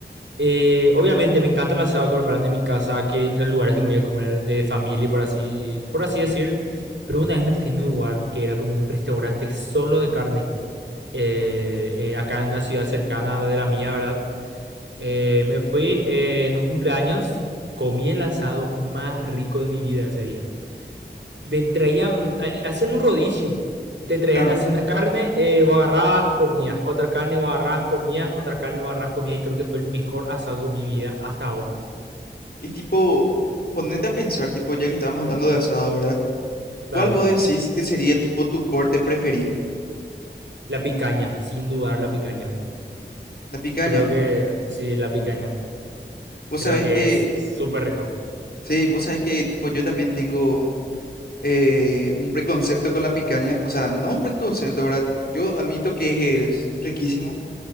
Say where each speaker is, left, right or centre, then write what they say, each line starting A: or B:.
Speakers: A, on the right (about 85°); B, on the left (about 55°).
A: eh, obviamente me encanta el asado que preparan en mi casa, que en los lugares que me voy a comer de familia, por así, por así decir, pero una vez me fui a un lugar que era como un restaurante solo de carne eh, eh, acá en una ciudad cercana de la mía, ¿verdad? Eh, me fui eh, en un cumpleaños, comí el asado más rico de mi vida ese día. Te traían, eh, hacían un rodicio, te traían
B: Claro.
A: así
B: Sí.
A: una carne, eh, o agarrabas, comías, otra carne, o agarrabas, comías, otra carne, o agarrabas, comías, y creo que fue el mejor asado que comí en mi vida hasta ahora.
B: Y tipo, ponete a pensar, tipo, ya que estamos hablando de asado, ¿verdad?
A: Dale,
B: ¿Cuál vos decís que sería tipo tu corte preferido?
A: la picaña, sin dudar la picaña.
B: La picaña.
A: Creo que, sí, la picaña.
B: Vos
A: Creo
B: sabés
A: que
B: que
A: es súper rico,
B: Sí, vos sabés que tipo yo también tengo eh, un preconcepto con la picaña, o sea, no un preconcepto, ¿verdad? Yo admito que es riquísimo,